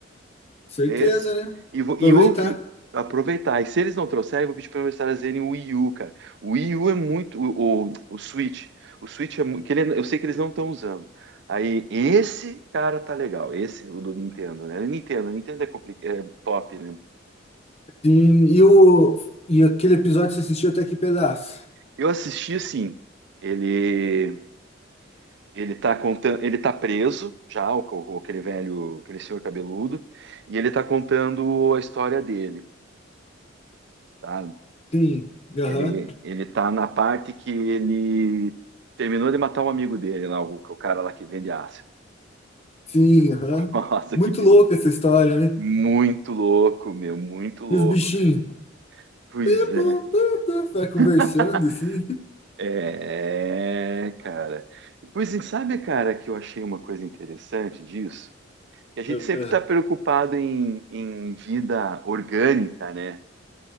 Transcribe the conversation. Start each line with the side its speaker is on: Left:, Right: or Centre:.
Left: certeza,
Right: esse.
Left: né?
Right: E, vou,
Left: Aproveitar.
Right: e eu que aproveitar. E se eles não trouxerem, eu vou pedir para eles trazerem o Wii U, cara. O Wii U é muito. O, o, o Switch. O Switch é muito. Que ele, eu sei que eles não estão usando. Aí, esse cara tá legal. Esse, o do Nintendo, né? Nintendo, Nintendo é, compli- é top, né?
Left: Sim, e, o, e aquele episódio você assistiu até que pedaço?
Right: Eu assisti assim. Ele. Ele tá contando, ele tá preso já, o, o- aquele velho, aquele senhor cabeludo, e ele tá contando a história dele, tá?
Left: Sim, aham,
Right: Ele, ele tá na parte que ele terminou de matar um amigo dele lá, o, o cara lá que vende ácido.
Left: sim, aham.
Right: <laughs> Nossa,
Left: Muito
Right: que bizarro.
Left: louca essa história, né?
Right: Muito louco, meu, muito louco,
Left: E os bichinhos?
Right: cara. Pois
Left: Piu,
Right: é.
Left: piu, Vai conversando
Right: <laughs>
Left: assim.
Right: É, cara. E, Pois e sabe, cara, que eu achei uma coisa interessante disso? Que a gente
Left: Aham,
Right: sempre está preocupado em, em vida orgânica, né?